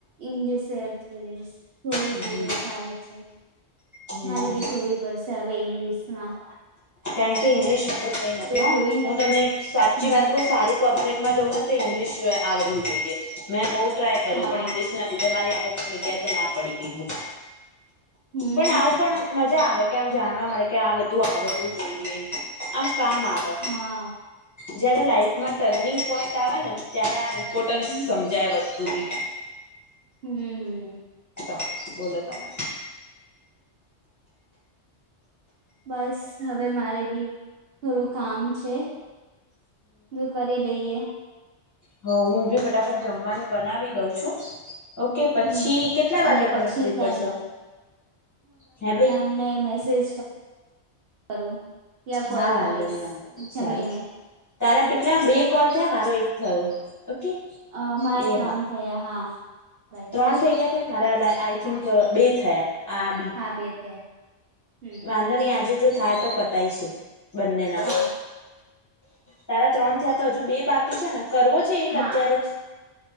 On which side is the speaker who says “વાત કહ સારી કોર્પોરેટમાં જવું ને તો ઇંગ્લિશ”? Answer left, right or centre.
Left